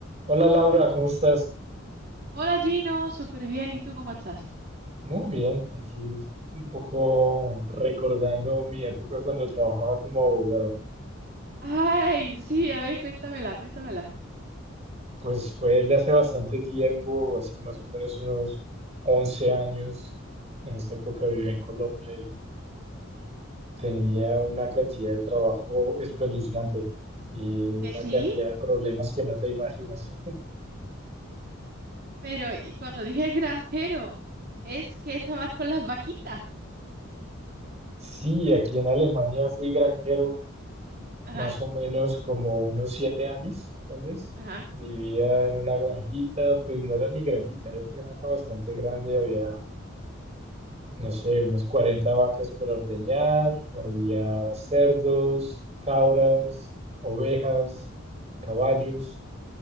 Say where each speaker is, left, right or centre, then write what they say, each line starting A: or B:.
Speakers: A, on the right; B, on the right.
A: Hola Laura, ¿cómo estás?
B: Hola Gino, súper bien. ¿Y tú cómo estás?
A: Muy bien, aquí un poco recordando mi época cuando trabajaba como abogado.
B: Ay, sí, a ver, cuéntamela, cuéntamela.
A: Pues fue ya hace bastante tiempo, hace más o menos unos 11 años. En esa época vivía en Colombia y tenía una cantidad de trabajo espeluznante y
B: Que
A: una
B: sí,
A: cantidad de problemas que no te imaginas.
B: pero y cuando dije <laughs> granjero, es que estabas con las vaquitas.
A: Sí, aquí en Alemania fui granjero
B: Ajá,
A: más o menos como unos siete años, tal vez.
B: ajá.
A: Vivía en una granjita, pues no era ni granjita, era una granja bastante grande, había, no sé, unos 40 vacas por ordeñar, había cerdos, cabras, ovejas, caballos.